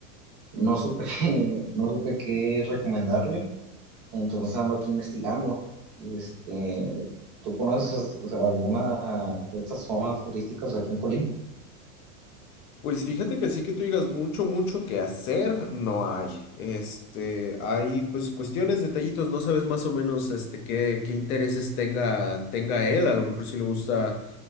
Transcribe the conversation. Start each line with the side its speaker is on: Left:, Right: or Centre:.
Right: no supe, <laughs> no supe qué recomendarle. Entonces ando aquí investigando. Este, ¿tú conoces o sea, alguna de estas zonas turísticas aquí en Colima?
Left: Pues fíjate que así que tú digas mucho, mucho que hacer, no hay. Este, hay pues cuestiones, detallitos, no sabes más o menos este qué, qué intereses tenga, tenga él. A lo mejor si le gusta